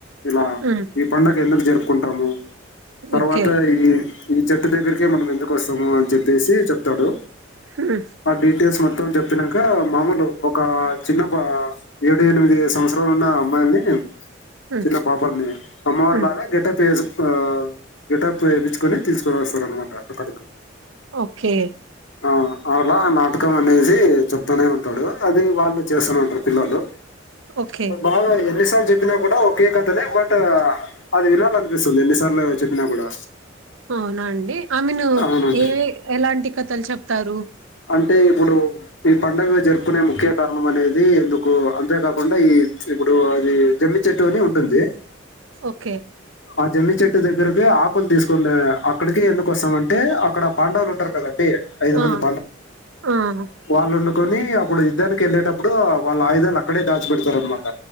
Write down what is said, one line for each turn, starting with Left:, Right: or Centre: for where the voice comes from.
Left: ఇలా
Right: ఉమ్
Left: ఈ పండుగ ఎందుకు జరుపుకుంటాము తర్వాత
Right: ఓకే
Left: ఈ చెట్టు దగ్గర ఒకే మనం ఎందుకు వస్తాము అని చెప్పేసి చెప్తాడు
Right: ఉమ్
Left: ఆ డిటెల్స్ మొత్తం మొత్తం చెప్పినాక మామూలు ఒక చిన్న పా ఏడు ఎనిమిది సంవత్సరాలు ఉన్న అమ్మాయిల్ని
Right: ఉమ్
Left: చిన్న పాపాలని అమ్మవర్లాగా
Right: ఉమ్
Left: గెటాప్ వేసి ఆ గెటాప్ వేపించుకొని తీసుకుని వస్తారు అన్నమాట రట్ట పడుకు
Right: ఓకే
Left: ఆ అట్లా నాటకం అనేసి చెప్తూనే ఉంటాడు అది వాళ్ళు చేస్తూనే ఉంటారు పిల్లలు
Right: ఓకే
Left: బాగా ఎన్నిసార్లు చెప్పినా కూడా ఒకే కథనే బట్ అది వినాలనిపిస్తుంది ఎన్నిసార్లు చెప్పినా కూడా
Right: అవునా అండి ఆ మీను
Left: అవునండి
Right: ఏవి ఎలాంటి కథలు చెప్తారు
Left: అంటే ఇప్పుడు ఈ పండుగ జరుపుకునే ముఖ్య కారణం అనేది ఎందుకు అంతేకాకుండా ఈ ఇప్పుడు అది జమ్మి చెట్టు అని ఉంటుంది
Right: ఓకే
Left: ఆ జమ్మి చెట్టు దగ్గరకి ఆకులు తీసుకు అక్కడికి ఎందుకు కోసం అంటే అక్కడ పాండావులు ఉంటారు కదండి ఐదు మంది
Right: ఆ ఆ
Left: వాళ్ళు వండుకొని అప్పుడు యుద్ధానికి వెళ్ళేటప్పుడు వాళ్ళ ఆయుధాలు అక్కడే దాచి పెడతారు అన్నమాట